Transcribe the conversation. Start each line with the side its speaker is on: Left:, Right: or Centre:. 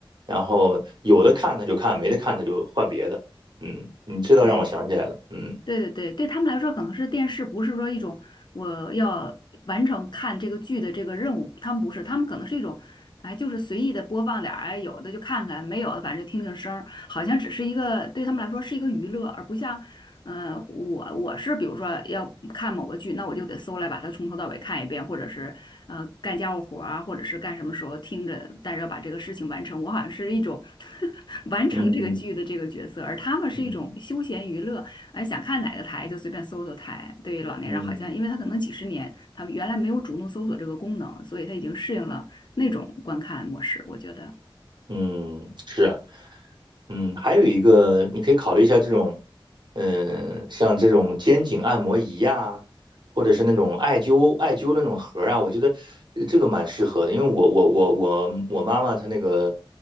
Right: 然后有的看他就看，没得看他就换别的。嗯，你这倒让我想起来了。
Left: 对。
Right: 嗯
Left: 对对对，对他们来说可能是电视，不是说一种我要完成看这个剧的这个任务，他们不是，他们可能是一种，哎，就是随意的播放点儿，哎，有的就看看，没有的反正就听听声儿，好像只是一个对他们来说是一个娱乐，而不像，呃，我我是比如说要看某个剧，那我就得搜来把它从头到尾看一遍，或者是呃干家务活儿啊，或者是干什么时候听着，但是要把这个事情完成，我好像是一种 <laughs> 完成这个剧的这个角色，
Right: 嗯
Left: 而他们是一种休闲娱乐。
Right: 嗯
Left: 哎，想看哪个台就随便搜搜台。对于老年人，
Right: 嗯。
Left: 好像因为他可能几十年，他们原来没有主动搜索这个功能，所以他已经适应了那种观看模式。我觉得，
Right: 嗯，是啊嗯，还有一个你可以考虑一下这种，嗯，像这种肩颈按摩仪呀、或者是那种艾灸艾灸那种盒儿啊，我觉得呃这个蛮适合的，因为我我我我我妈妈她那个